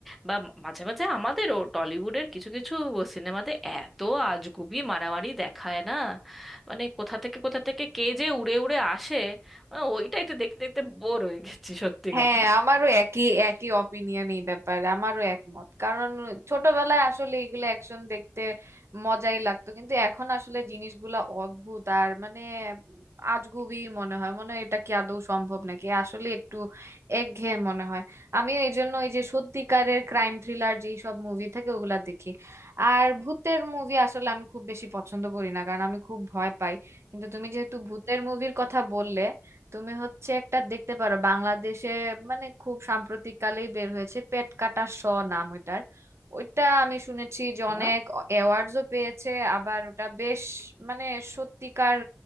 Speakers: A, in the centre; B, on the right (about 55°).
A: বা মাঝে মাঝে আমাদেরও টলিউডের কিছু কিছু সিনেমাতে এত আজগুবি মারামারি দেখায় না মানে কোথা থেকে কোথা থেকে কে যে উড়ে উড়ে আসে আহ, ওইটা একটু দেখতে দেখতে বোর হয়ে গেছি সত্যি
B: হ্যাঁ
A: কথা
B: আমারও একই একই অপিনিয়ন এই ব্যাপারে আমারও একমত কারণ ছোটবেলায় আসলে এগুলো অ্যাকশন দেখতে মজাই লাগতো কিন্তু এখন আসলে জিনিসগুলা অদ্ভুত আর মানে আজগুবি মনে হয় মনে হয় এটা কি আদৌ সম্ভব নাকি আসলে একটু একঘেয়ে মনে হয় আমিও এই জন্য ওই যে সত্যিকারের ক্রাইম থ্রিলার যেই সব মুভি থাকে ওগুলা দেখি আর ভূতের মুভি আসলে আমি খুব বেশি পছন্দ করি না কারণ আমি খুব ভয় পাই কিন্তু তুমি যেহেতু ভূতের মুভির কথা বললে তুমি হচ্ছে একটা দেখতে পারো বাংলাদেশে মানে খুব সাম্প্রতিক কালেই বের হয়েছে পেট কাটা শ নাম ওইটার ওইটা আমি শুনেছি যে
A: হ্যাঁ
B: অনেক অ্যাওয়ার্ডসও পেয়েছে আবার ওটা বেশ মানে সত্যিকার